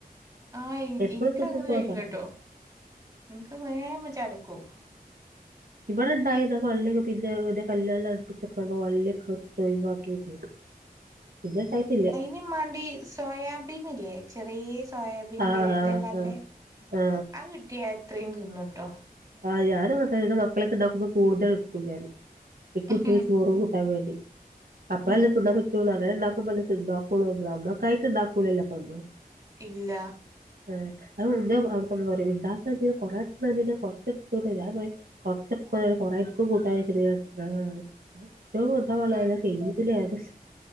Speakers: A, on the right; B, on the right.
A: ആഹ് ഇൻ
B: എപ്പഴും
A: ഇൻക്കങ്ങനെ
B: തിന്നുമ്പോ
A: കയില്ലട്ടോ
B: ചടപ്പാവും
A: ഇന്ക്ക് വേം ചാടക്കു
B: ഇവിടെണ്ടായിരുന്ന വള്ളിയൊ പിന്നെ ന്റെ കല്യാണ അടുപ്പിചോക്കെ വള്ളിയൊക്കെ ഇട്തൊഴിവാക്കിയൊക്കെ ചെയ്ത് പിന്നെണ്ടായിട്ടില്ല
A: നിം മാണ്ടി സോയാബീനില്ലേ ചെറിയെ സൊ സോയാബീന്
B: ആ
A: വെൽതല്ലാത്ത
B: ആ ആ
A: ആഹ് കിട്ടിയാ എത്രയും തിന്നുട്ടോ
B: ആഹ് ഞാനും അങ്ങൻതന്നെ ഇന്റെ മക്കളൊക്ക ഇണ്ടാക്കുമ്പോ കൂടുതൽ എട്ക്കും ഞാന് ഇക്ക്
A: ഉം
B: ഉച്ചക്ക് ചോറ് കൂട്ടാൻ വേണ്ടി അപ്പയല്ലേ
A: ഉം
B: തിന്നാൻ പറ്റൊള്ളു അങ്ങനെ ഇണ്ടാക്കുമ്പല്ലേ ഇണ്ടാക്കൂള് നമ്മള് അമ്മക്കായിട്ട് ഇണ്ടാക്കൂലല്ലോ ഇപ്പ അമ്മള്
A: ഇല്ല
B: ആഹ് അവു അവടെ കെടന്ന് പറിം ഇണ്ടാക്ക കൊറെട്ക്കണ എന്തിനാ കൊ തൂട്ടെ ഞാൻ പറിം കൊറച്ചട്ക്ക്ണേലും കൊറെഇൻക്കും കൂട്ടാചാരിച്ചിട്ട് ഞ കുട്ട്യോൾക്ക് കൊടുക്കാൻ പാടില്ല
A: ഉം
B: നല്ലോ കെയികി